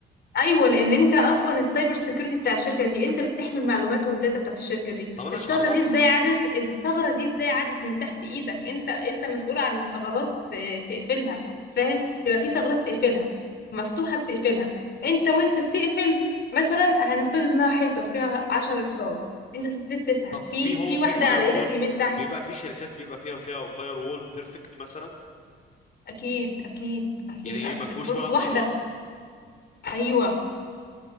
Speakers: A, on the left; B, on the left.
A: ايوه لان انت اصلا السايبر سيكيورتي بتاع الشركه دي انت اللي بتحمي المعلومات والداتا بتاعت الشركه دي
B: طب انا
A: الثغره
B: مش عرفني
A: دي ازاي عدت الثغره دي ازاي عدت من تحت ايدك انت انت مسؤول عن الثغرات آه، تقفلها فاهم يبقى في ثغرات تقفلها مفتوحه بتقفلها انت وانت بتقفل مثلا هنفترض انها حيطه فيها 10 اخراج انت سددت تسعه
B: طب
A: في
B: في هو
A: في
B: في
A: واحده
B: فاير
A: على
B: وول
A: ايدك اليمين تحت
B: بيبقى في شركات بيبقى فيها فيها فاير وول بيرفكت مثلا
A: اكيد اكيد اكيد
B: يعني ايه
A: اصل
B: ما فيهوش
A: بص
B: ولا
A: واحده
B: ثغرة
A: ايوه